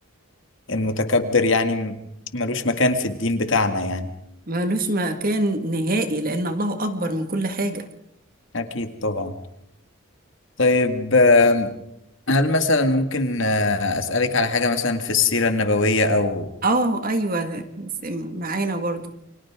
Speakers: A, on the left; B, on the right.
A: فالمتكبر يعني م- ملوش مكان في الدين بتاعنا يعني
B: ملوش مكان نهائي لأن الله أكبر من كل حاجة
A: أكيد طبعا طيب آم، هل مثلا ممكن آه، أسألك على حاجة مثلا في السيرة النبوية أو
B: اه أيوة س- معانا برضو